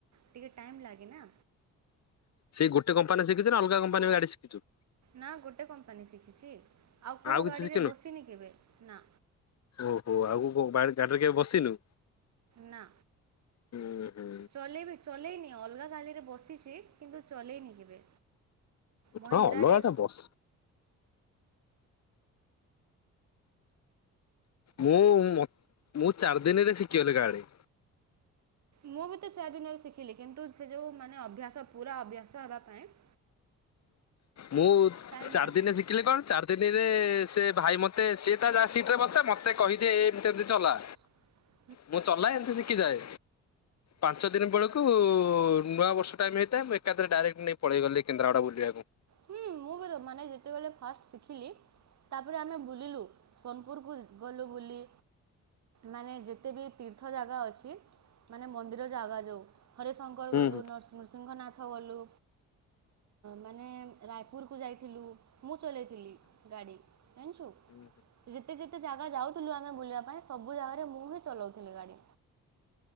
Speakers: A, on the right; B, on the left.
A: ଟିକେ ଟାଇମ୍ ଲାଗେ ନା।
B: ସେଇ ଗୋଟ କମ୍ପାନୀ ଶିଖିଛୁ ନା ଅଲଗା କମ୍ପାନୀ ଗାଡି ଶିଖିଚୁ।
A: ନା ଗୋଟେ କମ୍ପାନୀ ଶିଖିଛି। ଆଉ କୋଉ
B: କିଛି
A: ଗାଡ଼ିରେ
B: ଶିଖିନୁ?
A: ବସିନି କେବେ, ନା।
B: ଓହୋ ଆଉ କ ବା ଗାଡିରେ କେବେ ବସିନୁ।
A: ନା।
B: ହୁଁ ହୁଁ
A: ଚଲେଇବି ଚଲେଇନି ଅଲଗା ଗାଡି ରେ ବସିଛି କିନ୍ତୁ ଚଲେଇନି କେବେ ମହିନ୍ଦ୍ରାରେ
B: ହଁ ଅଲଗା ଟା ବସ ମୁଁ ମୁଁ ଚାରି ଦିନରେ ଶିଖିଗଲି ଗାଡ।
A: ମୁଁ ବି ତ ଚାରି ଦିନରେ ଶିଖିଲି କିନ୍ତୁ ସେ ଯଉ ମାନେ ଅଭ୍ୟାସ ପୁରା ଅଭ୍ୟାସ ହେବା ପାଇଁ <inaudible>
B: ମୁଁ
A: ଟାଇମ୍
B: ଚାର
A: ଲାଗେ
B: ଦିନରେ ଶିଖିଲି କଣ ଚାର ଦିନିରେ ସେ ଭାଇ ମୋତେ ସିଏ ତା ଯା ସିଟ୍ରରେ ବସେ ମୋତେ କହିଦିଏ ଏମତି ଏମିତି ଚଲା।
A: <inaudible>
B: ମୁଁ ଚଲାଏ ଏମିତି ଶିଖିଯାଏ ପାଞ୍ଚ ଦିନ ବେଳକୁ ନୂଆ ବର୍ଷ ଟାଇମ ହେଇଥାଏ ମୁ ଏକାଥରେ ଡାଇରେକ୍ଟ ନେଇ ପଳେଇ ଗଲି କେନ୍ଦ୍ରାପଡା ବୁଲିବାକୁ।
A: ହୁଁ ମୁଁ ବି ମାନେ ଯେତେବେଳେ ଫାଷ୍ଟ ଶିଖିଲି। ତାପରେ ଆମେ ବୁଲିଲୁ ସୋନପୁରକୁ ଗଲୁ ବୁଲି ମାନେ ଯେତେ ବି ତୀର୍ଥ ଜାଗା ଅଛି ମାନେ ମନ୍ଦିର ଜାଗା ଯେଉ ହରି ଶଙ୍କର
B: ହୁଁ
A: ଗଲୁ
B: ହୁଁ
A: ନର୍ ନୃସିଂହ ନାଥ ଗଲୁ ମାନେ ରାୟପୁରକୁ ଯାଇଥିଲୁ ମୁଁ ଚଲେଇଥିଲି ଗାଡ଼ି ଜାଣିଛୁ।
B: <inaudible>
A: ସେ ଯେତେ ଯେତେ ଜାଗା ଯାଉଥିଲୁ ଆମେ ବୁଲିବା ପାଇଁ ସବୁ ଜାଗାରେ ମୁଁ ହିଁ ଚଲାଉଥିଲି ଗାଡି।